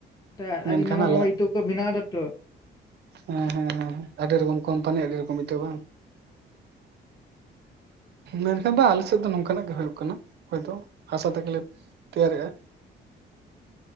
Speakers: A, on the left (about 20°); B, on the right (about 55°).
A: <unintelligible>
B: ᱢᱮᱱᱠᱷᱟᱱ
A: ᱟᱹᱰᱤ ᱱᱟᱣᱟ
B: ᱟᱞᱮ
A: ᱱᱟᱣᱟ ᱤᱴᱟᱹ ᱠᱚ ᱵᱮᱱᱟᱣ ᱫᱟ ᱛᱚ᱾
B: ᱦᱮᱸ- ᱦᱮᱸ- ᱦᱮᱸ ᱟᱹᱰᱤ ᱨᱚᱠᱚᱢ ᱠᱳᱢᱯᱟᱱᱤ ᱟᱹᱰᱤ ᱨᱚᱠᱚᱢ ᱤᱴᱟᱹ ᱵᱟᱝ᱾ ᱢᱮᱱᱠᱷᱟᱱ ᱵᱟ ᱟᱞᱮᱥᱮᱫ ᱫᱚ ᱱᱚᱝᱠᱟᱱᱟᱼᱜ ᱜᱮ ᱦᱳ ᱠᱟᱱᱟ ᱦᱳᱭᱛᱳ ᱦᱟᱥᱟ ᱛᱮᱜᱮᱞᱮ ᱛᱮᱭᱟᱨᱮᱜᱼᱟ᱾